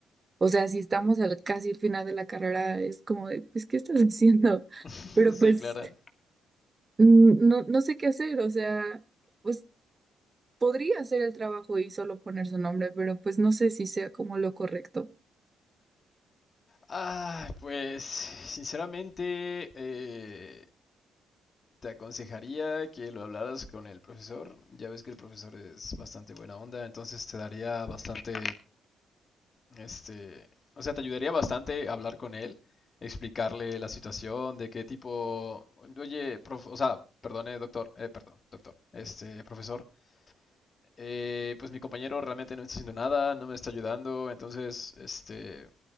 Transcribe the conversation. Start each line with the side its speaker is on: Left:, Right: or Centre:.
Right: O sea, si estamos al casi el final de la carrera, es como de, pues, ¿qué estás <laughs> haciendo?
Left: <laughs>
Right: Pero
Left: Sí,
Right: pues
Left: Clara.
Right: mm, no, no sé qué hacer, o sea, pues Podría hacer el trabajo y solo poner su nombre, pero pues no sé si sea como lo correcto.
Left: Ah, pues sinceramente eh, te aconsejaría que lo hablaras con el profesor. Ya ves que el profesor es bastante buena onda, entonces te daría bastante, este, o sea, te ayudaría bastante hablar con él, explicarle la situación, de qué tipo, oye, prof, o sea, perdone, doctor, eh, perdón, doctor, este, profesor, eh, pues mi compañero realmente no está haciendo nada, no me está ayudando, entonces, este,